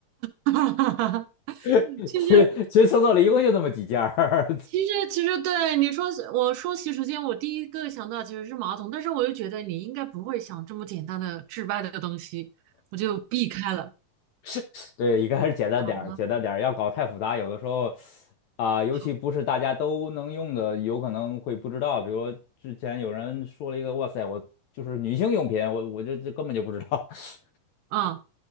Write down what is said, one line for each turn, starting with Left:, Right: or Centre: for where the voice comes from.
Right: 哈哈哈哈哈，
Left: <laughs>
Right: 就是
Left: 其实其实厕所里一共就这么几件儿，
Right: 其实，其实对你说，我说洗手间，我第一个想到其实是马桶，但是我又觉得你应该不会想这么简单的治外的东西，我就避开了。
Left: <laughs> 对，一个还是简单点儿，
Right: 了，
Left: 简单点儿，要搞太复杂，有的时候啊、尤其不是大家都能用的，
Right: 好，
Left: 有可能会不知道。比如之前有人说了一个，哇塞，我就是女性用品，我我就这根本就不知道。<laughs>
Right: 嗯，